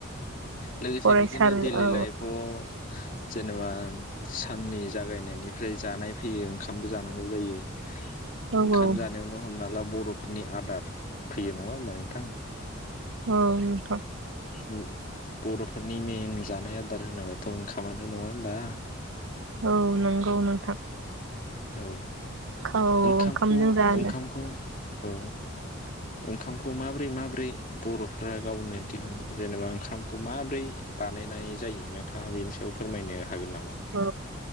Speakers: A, on the left; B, on the right.
A: लोगोसे
B: फरायसालि
A: बिदिनो दैलि
B: औ
A: लाइफआव जेनेबा साननि जागायनायनिफ्राय जानाय फैयो ओंखामबो जानांगौ जायो।
B: औ
A: ओंखाम
B: औ
A: जानायावनो हमना ला बर'फोरनि आदार फैयो नङा होमबा नोंथां?
B: औ नोंथां
A: उम बर'फोरनि मेन जानाय आदार होनोबाथ' ओंखामानो नङा होमबा?
B: औ नंगौ नोंथां।
A: औ
B: औ
A: ओंखामखौ
B: ओंखामजों जानो
A: ओंखामखौ औ ओंखामखौ माबोरै माबोरै बर'फ्रा गावनो दिहुन जेनेबा ओंखामखौ माबोरै बानायनाय जायो? नोंथाङा बेनि सायाव फोरमायनो हागोन नामा?
B: औ